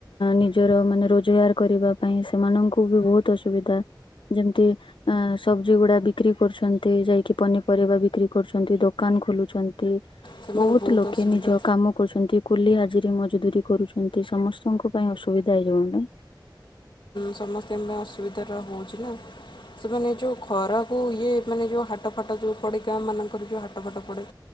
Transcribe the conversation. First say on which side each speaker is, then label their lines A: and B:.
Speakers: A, on the left (about 90°); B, on the left (about 75°).
A: ନିଜର ମାନେ ରୋଜଗାର କରିବା ପାଇଁ ସେମାନଙ୍କୁ ବି ବହୁତ ଅସୁବିଧା। ଯେମିତି ଅ ସବଜି ଗୁଡା ବିକ୍ରି କରୁଛନ୍ତି ଯାଇକି ପନିପରିବା ବିକ୍ରି କରୁଛନ୍ତି ଦୋକ ଦୋକାନ ଖୋଲୁଛନ୍ତି।
B: ସେମାନେ
A: ବହୁତ ଲୋକେ
B: ଅସୁବିଧା
A: ନିଜ କାମ କରୁଛନ୍ତି କୁଲି ଆଜିରେ ମଜୁରି ଦୂୀ କରୁଛନ୍ତି ସମସ୍ତଙ୍କ ପାଇଁ ଅସୁବିଧା ହେଇଯିବ ନା।
B: ସମସ୍ତେଙ୍କ ପାଇଁ ଅସୁବିଧା ହେଉଛି ନା ସେମାନେ ଯେଉଁ ଖରାକୁ ଇଏ ମାନେ ଯେଉଁ ହାଟ ଫାଟ ଯେଉଁ ପଡ଼େ ଗାଁ ମାନଙ୍କରେ ଯେଉଁ ହାଟ ଫାଟ ପଡ଼େ।